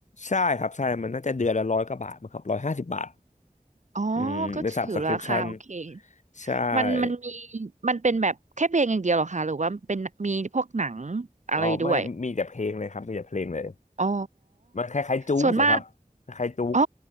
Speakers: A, on the left; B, on the right.
A: ใช่ครับใช่มันน่าจะเดือนละร้อยกว่าบาทมั้งครับร้อยห้าสิบบาท
B: อ๋อ
A: อืมเป็น
B: ก็ถือราคาโอเค
A: subscription ใช่
B: มันมันมีมันเป็นแบบแค่เพลงอย่างเดียวเหรอคะหรือว่าเป็นมีพวกหนังอะไรด้วย
A: อ๋อไม่มีแต่เพลงเลยครับมีแต่เพลงเลย
B: อ๋อ
A: มันคล้ายๆจู๊กสิครับคล้ายๆจู๊ก
B: ส่วนมากอ๋อ